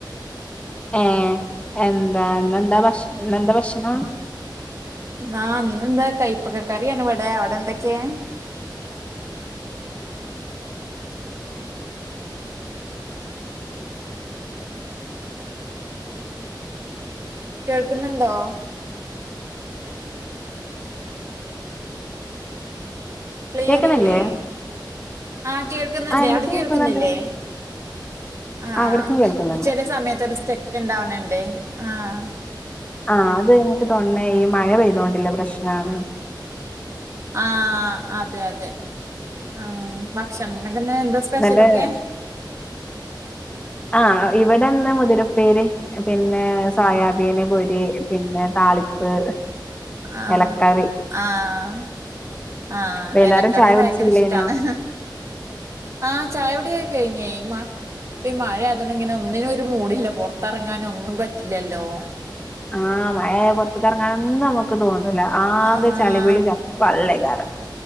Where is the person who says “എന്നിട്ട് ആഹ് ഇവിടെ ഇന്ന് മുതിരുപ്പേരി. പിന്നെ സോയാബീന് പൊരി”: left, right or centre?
Left